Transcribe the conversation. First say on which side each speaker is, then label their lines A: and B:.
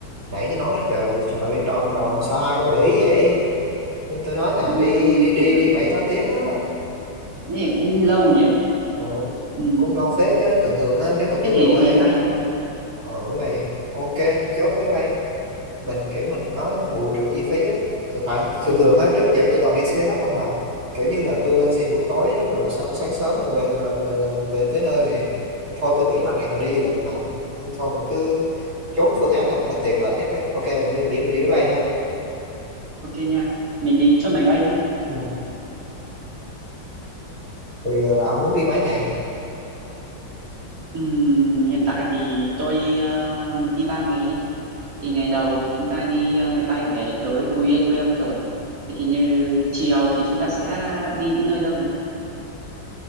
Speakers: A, on the right; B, on the right.
A: Nãy tôi nói đó trời trời ơi, đầu đầu sao ai không để ý vậy? Nhưng tôi nói là
B: ừ,
A: đi đi đi
B: nếu-
A: đi bảy tám tiếng á
B: nếu cũng lâu nhỉ
A: ờ,
B: ừ,
A: cũng lâu phết chứ thường thường á nếu mà tôi
B: thế thì
A: về
B: đi
A: quê
B: máy
A: á
B: bay thôi
A: ở máy bay ok chốt máy bay mình kiểu mình có bù trừ chi phí á thực tại thường
B: Ừ,
A: thường á trước giờ tôi toàn đi xe khách không mà kiểu như là tôi lên xe buổi tối á rồi xong sáng sớm là về là, là, là về tới nơi liền thôi tôi nghĩ lần này mình đi du lịch mà nên thôi mình cứ chốt phương án nào mà nó tiện lợi nhất đi ok như biển mình đi máy bay ha
B: ok nha. Mình đi chốt máy bay nha.
A: ừ. bây giờ là ông muốn đi mấy ngày
B: Ừm, hiện tại thì tôi ờ, muốn đi 3 ngày đi. Thì ngày đầu chúng ta đi ờ, máy bay để tới Phú Yên quê ông rồi. Vậy thì như chiều thì chúng ta sẽ đi những nơi đâu nào?